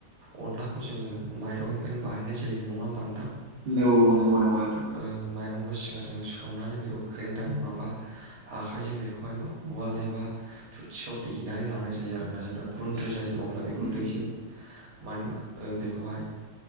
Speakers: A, on the right; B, on the right.
A: अनलाखौ जोङो माइरंनिफ्रायनो बानायनाय जायो। नङा होनबा नोंथां
B: उम औ नंगौ नंगौ नोंथां
A: ओ माइरं खौ सिगां सिगां सोमनानै बेखौ ग्रेन्डार नङाबा आखाइजों बेखौहाय मा उवाल एबा थुरसियाव देेनानै लानाय जायो आरो ना जेब्ला गुन्द्रि
B: आदसा आदसा
A: जायो अब्ला बेखौ
B: उम
A: दैजों माने मा ओ बेखौहाय